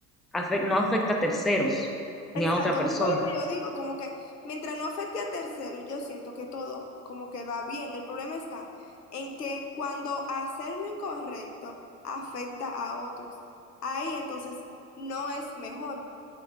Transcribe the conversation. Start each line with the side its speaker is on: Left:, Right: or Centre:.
Centre: afec- no afecta a terceros ni
Left: Exacto,
Centre: a otra persona.
Left: justo lo que yo digo, como que mientras no afecte a terceros, yo siento que todo como que va bien. El problema está en que cuando hacer lo incorrecto afecta a otros, ahí entonces no es mejor.